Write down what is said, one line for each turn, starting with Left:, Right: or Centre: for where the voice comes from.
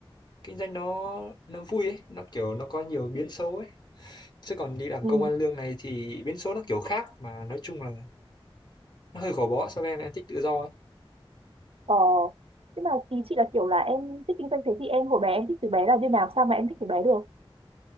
Left: kinh doanh nó nó vui ấy nó kiểu nó có nhiều biến số ấy chứ còn đi làm
Right: ừ.
Left: công ăn lương này thì biến số nó kiểu khác mà nói chung là nó hơi gò bó so với em em thích tự do ấy
Right: ờ thế mà ý chị là kiểu là em thích kinh doanh thế thì em hồi bé em thích từ bé là như nào sao mà em thích từ bé được